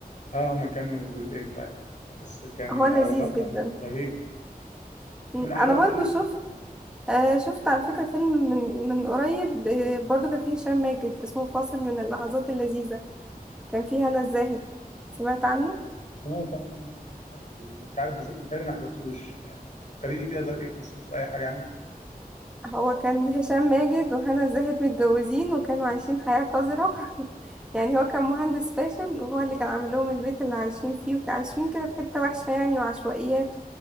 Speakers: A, on the left; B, in the centre.
A: اه هما كانوا جزئين فعلا بس كان
B: هو
A: وراء
B: لذيذ جدا
A: رهيب رهيب
B: م،
A: من احلى
B: أنا برضو شفت آه شفت على فكرة فيلم من من قريب آه، برضو كان فيه هشام ماجد اسمه فاصل من اللحظات اللذيذة كان فيه هنا الزاهد سمعت عنه؟
A: سمعت عنه بس مش فاكره مش عارف إذا- متهيألي ما حضرتوش يعني فكريني كده ده بايه قصته اي حاجه عنه
B: هو كان هشام ماجد وهنا الزاهد متجوزين وكانوا عايشين حياة قذرة <laughs> يعني هو كان مهندس فاشل وهو اللي كان عامل لهم البيت اللي عايشين فيه وكان عايشين كده في حتة وحشة يعني وعشوائيات